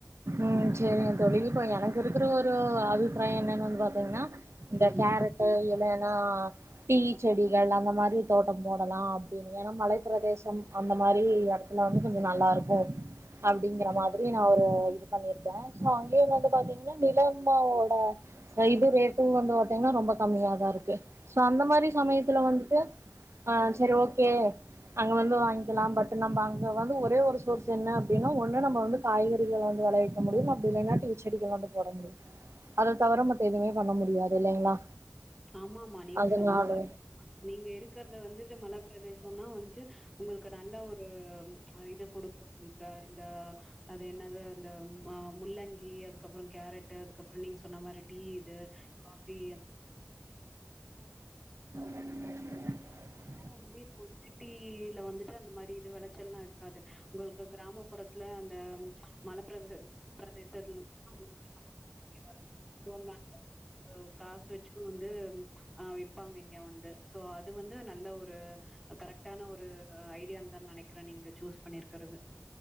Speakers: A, on the right (about 65°); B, in the centre.
A: ம் சேரிங்க தோழி இப்ப எனக்கு இருக்குற ஒரு அபிப்பிராய என்னன்னு வந்து பாத்தீங்கன்னா இந்த
B: ம்
A: கேரட்டு இல்லன்னா டீ செடிகள் அந்த மாரி தோட்ட போடலா அப்டின்னு ஏன்னா மலைப் பிரதேசம் அந்த மாரி எடத்துல வந்து கொஞ்ச நல்லா இருக்கு அப்டிங்குற மாரி நா ஒரு இது பண்ணிருக்கே சோ அங்கேயு வந்து பாத்தீங்கன்னா நிலம்மாவோட சைது ரேட்டுன்னு வந்து பாத்தீங்கன்னா ரொம்ப கம்மியாதா இருக்கு சோ அந்த மாரி சமயத்துல வந்துட்டு ஆ சரி ஓகே அங்க வந்து வாங்கிக்கலா பட் நம்ப அங்க வந்து ஒரே ஒரு சோர்ஸ் என்ன அப்டின்னா ஒன்னு நம்ம வந்து காய்கறிகள வந்து வெளைய க முடியும் அப்டி இல்லைன்னா டீச்செடிகள வந்து போட முடியும் அத தவிர மத்த எதுவுமே பண்ண முடியாது இல்லைங்களா
B: ஆமாமா நீங்க
A: அதனால
B: சொல்றது <inaudible> நீங்க இருக்கறத வந்துட்டு மலப்பிரதேசொனா வந்து ட்டு உங்களுக்கு நல்ல ஒரு ம் இது குடுக்கு இப்ப இந்த அது என்னது அந்த ம் ஆ முள்ளங்கி அதுக்கப்புற கேரட்டு அதுக்கப்புற நீங்க சொன்ன மாரி டீ இது காஃபி <inaudible>
A: <inaudible>
B: நம்ம <unintelligible> சிட்டில வந்துட்டு அந்த மாரி இது வெளச்சல்லா இருக்காது உங்களுக்கு கிராமப்புறத்துல அந்த மல பிரதேசத் பிரதேசத்துல <inaudible> <inaudible> சோ நா அ காசு வெச்சுகுன்னு வந்து ஆ விப்பாங்க இங்க வந்து சோ அது வந்து நல்ல ஒரு கரெக்டான ஒரு ஐடியான் தா நெனைக்கிறே நீங்க சூஸ் பண்ணிருக்கிறது